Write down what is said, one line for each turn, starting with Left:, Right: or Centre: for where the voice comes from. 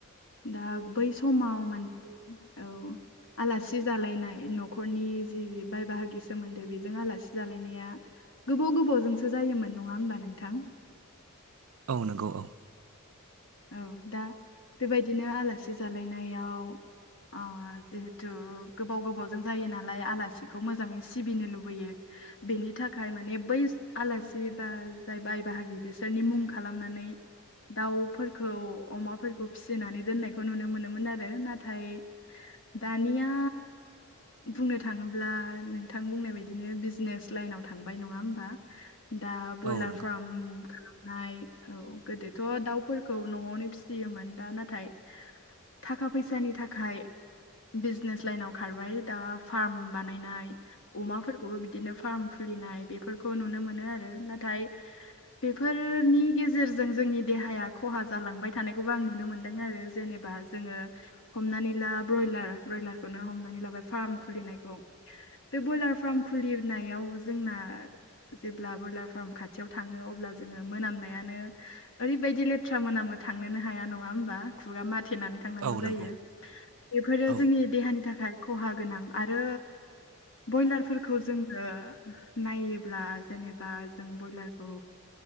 Left: दा बै समाव माने औ। आलासि जालायनाय न'खरनि जि बाय बाहागि सोमोन्दो बेजों आलासि जालायनाया गोबाव गोबावजोंसो जायोमोन नङा होमबा नोंथां।
Right: औ नंगौ औ।
Left: औ दा बेबायदिनो आलासि जालायनायाव ओ जिहेथु गोबाव गोबावजों जायो नालाय आलासिखौ मोजाङै सिबिनो लुबैयो। बेनि थाखाय माने बै आलासि बा जाय बाय बाहागि बिसोरनि मुं खालामनानै दाउफोरखौ, अमाफोरखौ फिसिनानै दोननायखौ नुनो मोनोमोन आरो नाथाय दानिया बुंनो थाङोब्ला नोंथां बुंनाय बायदिनो बिजनेस लाइनाव थांबाय नङा होमबा। दा ब्रयलार
Right: औ नंगौ
Left: फार्म खालामनाय औ गोदो थ' दाउफोरखौ न'आवनो फिसियोमोन दा नाथाय थाखा-फैसानि थाखाय बिजनेस लाइनाव खारबाय दा फार्म बानायनाय अमाफोरखौबो बिदिनो फार्म खुलिनाय बेफोरखौ नुनो मोनो आरो नाथाय बेफोरनि गेजेरजों जोंनि देहाया खहा जालांबाय थानायखौबो आं नुनो मोनदों आरो जेनेबा जोङो हमनानै ला ब्रयलार ब्रयलारखौनो हमनानै लाबाय फार्म खुलिनायखौ। बे ब्रयलार फार्म खुलिनायाव जोंना जेब्ला ब्रयलार फार्म खाथियाव थाङो अब्ला जोङो मोनामनायानो ओरैबायदि लेथ्रा मोनाबो थांनोनो हाया नङा होमबा खुगा माथेनानै था थांनांगौ
Right: औ
Left: जायो
Right: नंगौ
Left: बेफोरो
Right: औ
Left: जोंनि देहानि थाखाय खहा गोनां आरो ब्रयलारफोरखौ जोङो नायोब्ला जेनेबा जों बयलारखौ